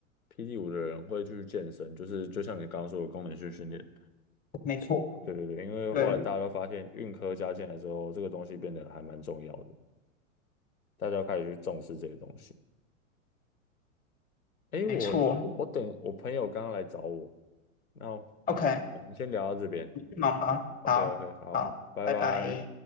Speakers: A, on the left; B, on the left.
A: 霹雳舞的人会去健身，就是就像你刚刚说的功能性训练。
B: 没错，
A: 对对对，因为后来大家都发现运科加进来之后，
B: 对，
A: 这个东西变得还蛮重要的，大家开始去重视这些东西。诶，
B: 没错。
A: 我我等我朋友刚刚来找我，那
B: OK，
A: 我们先聊到这边。
B: 你去忙吧。
A: OK
B: 好，
A: OK，好，
B: 好，
A: 拜拜。
B: 拜拜。